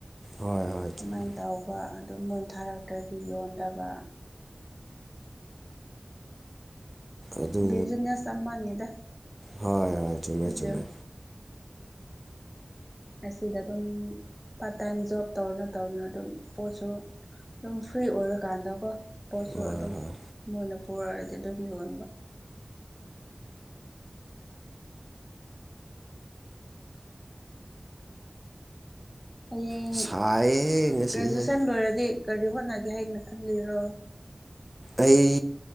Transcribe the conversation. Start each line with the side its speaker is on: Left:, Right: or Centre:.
Right: ꯍꯣꯏ ꯍꯣꯏ
Left: ꯑꯗꯨꯃꯥꯏꯅ
Right: ꯆꯨꯝꯃꯦ
Left: ꯇꯕ ꯑꯗꯨꯝ ꯃꯨꯟ ꯊꯥꯔꯛꯇ꯭ꯔꯗꯤ ꯌꯣꯟꯗꯕ
Right: ꯑꯗꯨ
Left: ꯕꯤꯖꯤꯅꯦꯁ ꯑꯃ ꯃꯅꯤꯗ
Right: ꯍꯣꯏ ꯍꯣꯏ ꯆꯨꯝꯃꯦ
Left: ꯁꯤꯁꯨ
Right: ꯆꯨꯝꯃꯦ
Left: ꯎ ꯑꯁꯤꯗ ꯑꯗꯨꯝ ꯄꯥꯔꯠ ꯇꯥꯏꯝ ꯖꯣꯕ ꯇꯧꯔꯅ ꯇꯧꯅ ꯑꯗꯨꯝ ꯄꯣꯠꯁꯨ ꯑꯗꯨꯝ ꯐ꯭ꯔꯤ ꯑꯣꯏꯔꯀꯥꯟꯗꯀꯣ ꯄꯣꯠꯁꯨ
Right: ꯍꯣꯏ
Left: ꯑꯗꯨꯝ
Right: ꯍꯣꯏ
Left: ꯃꯣꯏꯅ ꯄꯨꯔꯛꯑꯗꯤ ꯑꯗꯨꯝ ꯌꯣꯟꯕ ꯍꯌꯦꯡ
Right: ꯁꯥꯏꯍꯦ ꯉꯁꯤꯁꯦ
Left: ꯒ꯭ꯔꯦꯖꯨꯑꯦꯁꯟ ꯂꯣꯏꯔꯗꯤ ꯀꯔꯤ ꯍꯣꯠꯅꯒꯦ ꯍꯥꯏꯅ ꯈꯜꯂꯤꯔꯣ
Right: ꯑꯩ